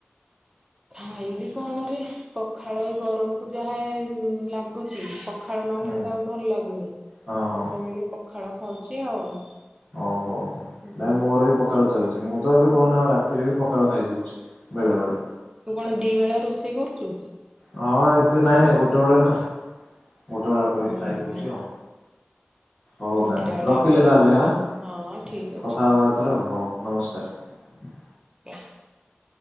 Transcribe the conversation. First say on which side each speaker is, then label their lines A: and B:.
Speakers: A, on the right; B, on the left.
A: ଖାଇଲି କଣରେ ପଖାଳ ଗରମ କୁ ଯାହା ଲାଗୁଛି ପ ପଖାଳ ନହେଲେ
B: ହୁଁ
A: ତ ଆଉ ଭଲ ଲାଗୁନି
B: ହଁ ହଁ।
A: ସେଥିପାଇଁ ମୁଁ ପଖାଳ ଖାଉଛି ଆଉ।
B: ହଉ ହଉ ହଉ ନାଇଁ ମୋର ବି ପଖାଳ ଚାଲିଛି ମୁଁ ତ ଏବେ କହନା ଆଉ ରାତିରେ ବି ପଖାଳ ଖାଇ ଦଉଛି ବେଳେ ବେଳେ
A: ତୁ କଣ ଦି ବେଳା ରୋଷେଇ କରୁଛୁ?
B: ହଁ ଏବେ ନାଇଁ ନାଇଁ ଗୋଟେ ବେଳେ ନା ଗୋଟେବେଳା କରିକି
A: ହଁ
B: ଖାଇଦଉଛି ଆଉ ହଉ
A: ଗୋଟେ
B: ନାନି
A: ବେଳା
B: ରଖିଲି
A: କରିବୁ
B: ତାହେଲେ ଆଁ
A: ହଁ ଠିକ
B: କଥାହବା
A: ଅଛି ହଉ
B: ଆଉଥରେ ହଉ ନମସ୍କାର।
A: <inaudible>